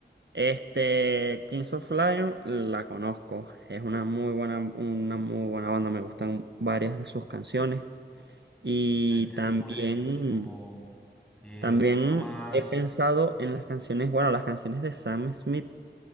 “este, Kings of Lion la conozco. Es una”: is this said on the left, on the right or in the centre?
Right